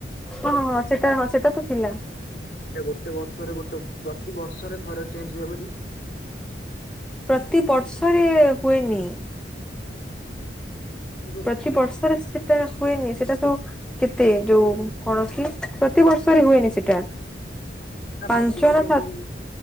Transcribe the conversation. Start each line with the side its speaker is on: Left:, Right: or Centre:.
Centre: ହଁଁ ସେଟା ହଁ ସେଟା ତ ଥିଲା।
Left: ସେଇଟା ଗୋଟେ ବର୍ଷରେ ଗୋଟେ ପ୍ରତିିବର୍ଷରେ ଥରେ ଚେଞ୍ଜ୍ ହୁଏ ବୋଲି।
Centre: ପ୍ରତି ବର୍ଷରେ ହୁଏନି।
Left: <inaudible>
Centre: ପ୍ରତିିବର୍ଷରେ ସେଟା ହୁଏନି ସେଟା ତ କେତେ ଯୋଉ କଣ କି ପ୍ରତିବର୍ଷରେ ହୁଏନି ସେଟା।
Left: ନା
Centre: ପାଞ୍ଚ
Left: ପ୍ରତିବର୍ଷ
Centre: ନା ସାତ୍
Left: ଯୋଉ